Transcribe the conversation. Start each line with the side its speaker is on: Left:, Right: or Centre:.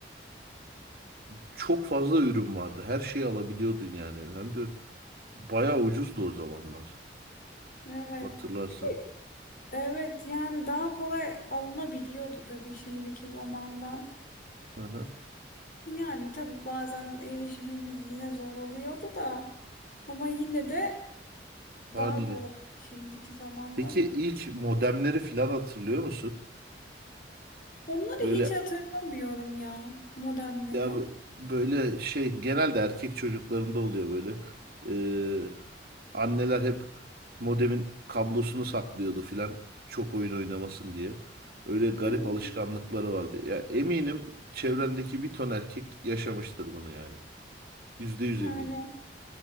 Right: çok fazla ürün vardı. Her şeyi alabiliyordun yani. Hem de bayağı ucuzdu o zamanlar.
Left: Evet.
Right: Hatırlarsın.
Left: Bir de evet yani daha kolay alınabiliyordu tabii şimdiki zamandan.
Right: Hı hı,
Left: Yani tabii bazen erişimimiz yine zor oluyordu da ama yine de
Right: haliyle.
Left: daha kolaydı şimdiki zamandan.
Right: Peki ilk modemleri falan hatırlıyor musun?
Left: Onları
Right: Böyle
Left: hiç hatırlamıyorum ya modemleri.
Right: ya bu- böyle şey genelde erkek çocuklarında oluyor böyle. Ee, anneler hep modemin kablosunu saklıyordu filan çok oyun oynamasın diye. Öyle garip
Left: <laughs>
Right: alışkanlıkları vardı. Ya eminim çevrendeki bir ton erkek yaşamıştır bunu yani. Yüzde yüz
Left: Yani
Right: eminim.